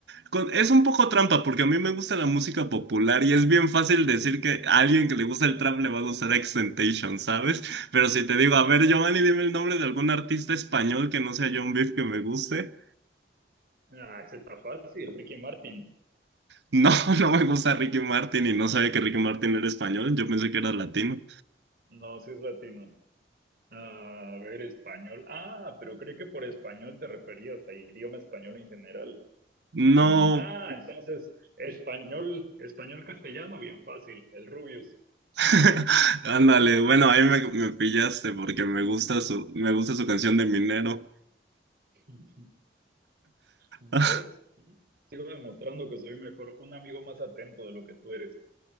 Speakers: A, on the right; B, on the right.
A: con- es un poco trampa porque a mí me gusta la música popular y es bien fácil decir que a alguien que le gusta el trap le va a gustar Extentation, ¿sabes? Pero si te digo, a ver, Giovanni, dime el nombre de algún artista español que no sea John Beef que me guste.
B: Ah, ese está fácil. Ricky Martin.
A: No, <laughs> no me gusta Ricky Martin y no sabía que Ricky Martin era español, yo pensé que era latino.
B: No, si es latino. A ver, español. Ah, pero creí que por español te referías a idioma español en general.
A: No,
B: Mm, ah, entonces, español, español castellano, bien fácil. El Rubius.
A: <laughs> Ándale, bueno, ahí me, me pillaste porque me gusta su, me gusta su canción de Minero.
B: <laughs> ¿Ves?
A: <laughs>
B: Sigo demostrando que soy mejor, un amigo más atento de lo que tú eres.